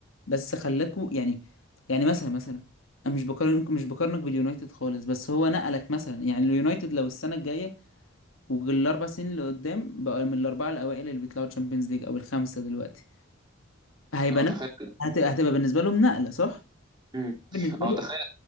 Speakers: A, on the left; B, on the right.
A: بس خلاكوا يعني يعني مثلا مثلا انا مش بقارنك مش بقارنك باليونايتد خالص بس هو نقلك مثلا يعني اليونايتد لو السنه الجايه والاربع سنين اللي قدام بقى من الاربعه الاوائل اللي بيطلعوا تشامبيونز ليج او الخمسه دلوقتي هيبقى
B: هو
A: نقل
B: تخيل
A: هت... هتبقى بالنسبه لهم نقله صح
B: امم
A: بالنسبه
B: هو
A: لي
B: تخيل